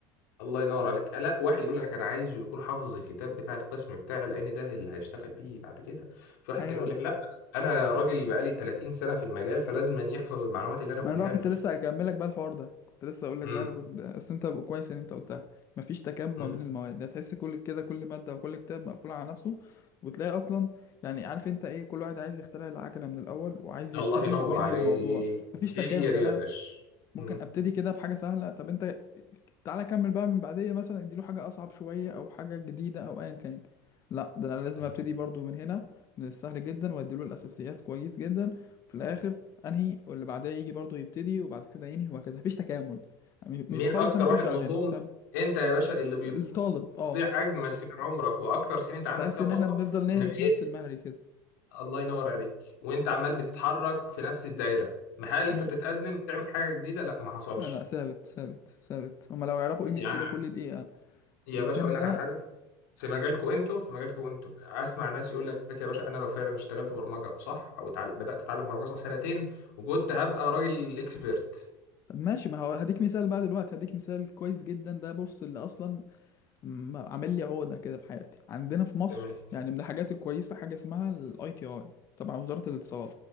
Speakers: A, on the left; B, on the left.
A: الله ينور عليك لا واحد يقول لك انا عايزه يكون حافظ الكتاب بتاع القسم بتاعي لان ده اللي هيشتغل بيه بعد كده في واحد
B: أيوه
A: تاني يقول لك لا انا راجل بقالي 30 سنه في المجال فلازم أن يحفظ المعلومات اللي انا
B: ما
A: بقولها
B: أنا بقى كنت
A: له
B: لسه هكمل لك بقى الحوار ده كنت لسه أقول لك
A: امم
B: بقى أنا كنت أصل أنت كويس إن أنت قلتها مفيش تكامل ما
A: أمم.
B: بين المواد هتحس كل كده كل مادة وكل كتاب مقفول على نفسه وتلاقي أصلا يعني عارف أنت إيه كل واحد عايز يخترع العجلة من الأول وعايز يبتدي
A: الله ينور
B: وينهي
A: عليك
B: الموضوع مفيش
A: هي
B: تكامل
A: دي
B: يعني
A: يا
B: أنا
A: باشا
B: ممكن
A: أمم.
B: ابتدي كده بحاجه سهله طب انت تعالى كمل بقى من بعديه مثلا اديله حاجه اصعب شويه او حاجه جديده او ايا كان لا ده انا لازم
A: أمم.
B: ابتدي برضو من هنا من السهل جدا واديله الاساسيات كويس جدا في الاخر انهي واللي بعدها يجي برضو يبتدي وبعد كده ينهي وهكذا مفيش تكامل مش
A: مين
B: مش بخلص
A: اكتر
B: هنا اخش
A: واحد
B: على
A: مظلوم
B: هنا فاهم
A: انت يا باشا اللي
B: الطالب
A: بيضيع
B: اه
A: اجمل سنين عمرك واكتر سنين انت عندك
B: تحس
A: فيها
B: ان
A: طاقه
B: احنا بنفضل نهري
A: من غير
B: في نفس المهري كده
A: الله ينور عليك وانت عمال بتتحرك في نفس الدايره ما هل انت
B: امم
A: بتتقدم تعمل حاجه جديده لا ما حصلش
B: لا لا ثابت ثابت ثابت هما لو يعرفوا
A: يعني
B: قيمه كده كل دقيقه
A: يا
B: في السن
A: باشا اقول لك
B: ده
A: على حاجه في مجالكم انتوا في مجالكم انتوا اسمع ناس يقول لك يا باشا انا لو فعلا اشتغلت برمجه صح او اتعل... بدات اتعلم برمجه صح سنتين وكنت هبقى راجل اكسبيرت
B: طب ماشي ما هو هديك مثال بقى دلوقتي هديك مثال كويس جدا ده بص اللي اصلا م- عامل لي عقده كده في حياتي عندنا في مصر
A: جميل
B: يعني من الحاجات الكويسه حاجه اسمها الاي تي اي تبع وزاره الاتصالات